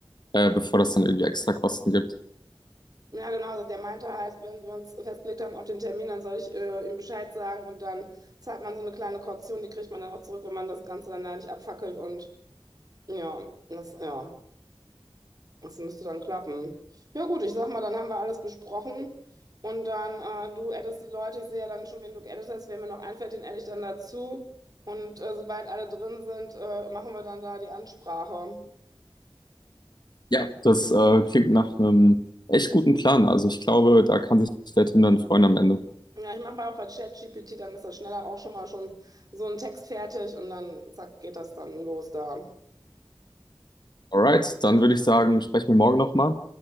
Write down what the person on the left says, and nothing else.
äh, bevor das dann irgendwie extra Kosten gibt.
Ja, das äh, klingt nach einem echt guten Plan. Also ich glaube, da kann sich der Tim dann freuen am Ende.
Alright, dann würde ich sagen, sprechen wir morgen nochmal